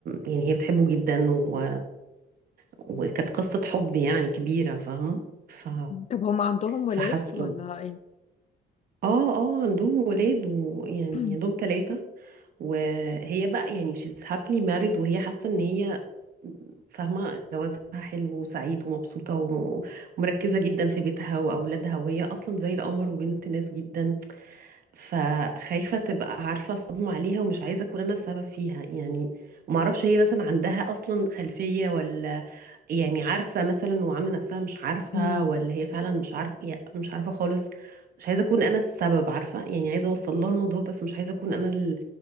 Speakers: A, on the right (about 55°); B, on the left (about 40°).
A: يعني هي بتحبه جدا و... وكانت قصه حب يعني كبيره فاهمه ف
B: طب هم عندهم
A: فحاسه
B: ولاد ولا ايه
A: اه اه عندهم ولاد ويعني
B: <clears throat>
A: عندهم ثلاثة وهي بقى يعني she's happily married وهي حاسة ان هي فاهمة جوازها حلو وسعيد ومبسوطة وم- ومركزة جدا في بيتها وأولادها وهي أصلا زي القمر وبنت ناس جدا فخايفة تبقى عارفة صدمة عليها ومش عايزة أكون أنا السبب فيها يعني معرفش هي مثلا عندها أصلا خلفية ولا يعني عارفة مثلا وعاملة نفسها مش عارفة
B: مم،
A: ولا هي فعلا مش عارفة يعني مش عارفة خالص مش عايزة أكون أنا السبب عارفة يعني عايزة أوصل لها الموضوع بس مش عايزة أكون أنا ال-